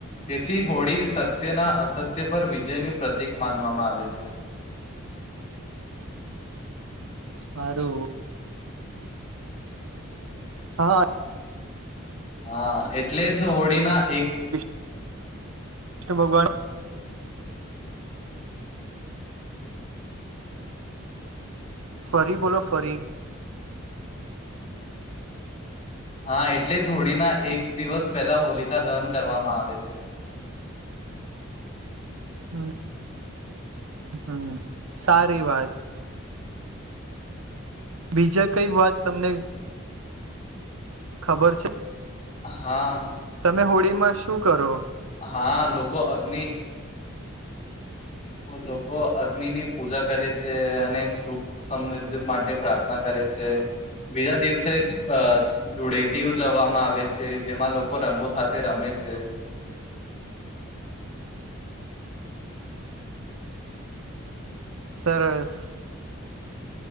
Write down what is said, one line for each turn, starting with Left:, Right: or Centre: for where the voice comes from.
Left: તેથી હોળી સત્યના અસત્ય પર વિજયનું પ્રતીિક માનવામાં આવે છે
Right: સારું હા
Left: હા એટલે જ હોળીના એક
Right: વિૃષ્ણુ ભગવાન ફરી બોલો ફરી
Left: હા એટલે જ હોળીના એક દિવસ પહેલા હોલિકા દહન કરવામાં આવે છે
Right: <inaudible> હમ સારી વાત બીજા કઈ વાત તમને ખબર છે
Left: હા
Right: તમે હોળી માં શું કરો
Left: હા લોકો અગ્નિ લોકો અગ્નિની પૂજા કરે છે અને સુખ સમૃદ્ધિ માટે પ્રાર્થના કરે છે બીજા દિવસે અ ધૂળેટી ઉજવવામાં આવે છે જેમાં લોકો રંગો સાથે રમે છે
Right: સરસ